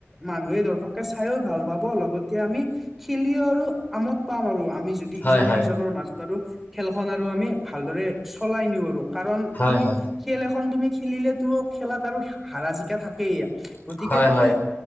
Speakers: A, in the centre; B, on the left.
A: মানুহে দৰ্শক চাইও ভাল পাব, লগতে আমি খেলিও আৰু আমোদ পাম আৰু আমি দি,
B: হয়
A: ইজনে-সিজনৰ
B: হয়
A: মাজত আৰু, খেলখন আৰু আমি ভালদৰে চলাই নিওঁ আৰু। কাৰণ,
B: হয়
A: তুমি
B: হয়
A: খেল এখন তুমি খেলিলেতো খেলাত আৰু হাৰা জিকা থাকেই। গতিকে
B: হয়
A: তুমি
B: হয়